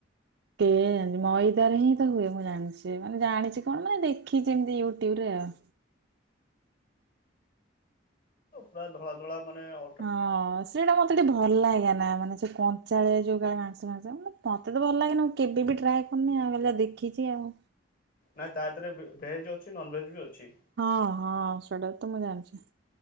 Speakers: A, on the right; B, on the left.
A: କେ ଜାଣିଛି ମଇଦାରେ ହିଁ ତ ହୁଏ ମୁଁ ଜାଣିଛି ମାନେ ଜାଣିଛି କଣ ମାନେ ଦେଖିଛି ଏମିତି ୟୁଟ୍ୟୁବ ରେ ଆଉ।
B: ପୁରା ଧଳା ଧଳା ମାନେ ଅ।
A: ହଁ ସେଇଟା ମତେ ଟିକେ ଭଲ ଲାଗେ ନା ମାନେ ଯଉ କଞ୍ଚାଳେ ଯୋଉ କାଳେ ମାଂସ ଫାଂସ ମାନେ ମତେ ତ ଭଲ ଲାଗେ ନା ମୁଁ କେବେ ବି ଟ୍ରାଏ ଆନି ଆ ଗଲେ ଦେଖିଛି ଆଉ।
B: ନାହିଁ ତାଦେହରେ ଭେଜ୍ ଅଛି ନନଭେଜ୍ ବି ଅଛି।
A: ହଁ ହଁ ସେଇଟା ତ ମୁଁ ଜାଣିଛି।